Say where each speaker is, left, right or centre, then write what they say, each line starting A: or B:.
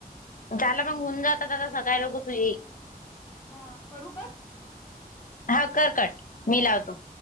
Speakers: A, on the left; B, on the left.
A: झाला मग होऊन जातात आता सकाळी लोघ तुझे
B: हा करू का
A: हा करकट मी लावतो